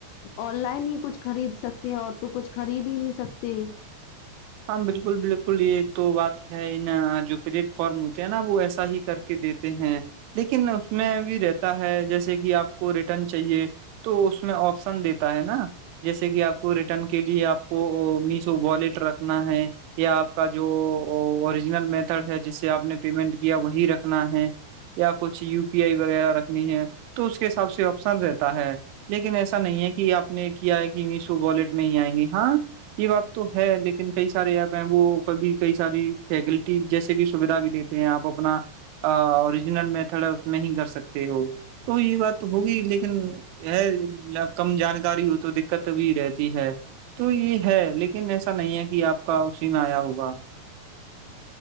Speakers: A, on the left; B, on the right.
A: آن لائن ہی کچھ خرید سکتے اور تو کچھ خرید ہی نہیں سکتے
B: ہاں بالکل بالکل یہ تو بات ہے نا جو پلیٹ فارم ہوتے ہے نا وہ ایسا ہی کرتے دیتے ہیں لیکن اس میں بھی رہتا ہے جیسے کہ آپ کو ریٹرن چاہیے تو اس میں آپشن دیتا ہے نا جیسے کہ آپ کو ریٹرن کے لیے آپ کو میشو والیٹ رکھنا ہے یا آپ کا جو اوریجنل میتھڈ ہے جس سے آپ نے پیمنٹ کیا وہی رکھنا ہے یا کچھ یو پی آئی وغیرہ رکھنی ہے تو اس کے حساب سے آپشن رہتا ہے لیکن ایسا نہیں ہے کہ آپ نے کیا ہے کہ میشو والٹ میں ہی آئیں گے ہاں یہ بات تو ہے لیکن کئی سارے ایپ ہیں وہ کبھی کئی ساری فیکلٹی جیسے کہ سویدھا بھی دیتے ہیں آپ اپنا اوریجنل میتھڈ ہے اس میں ہی کر سکتے ہو تو یہ بات تو ہوگی لیکن ہے کم جانکاری ہو تو دقت بھی رہتی ہے تو یہ ہے لیکن ایسا نہیں ہے کہ آپ کا اسی میں آیا ہوگا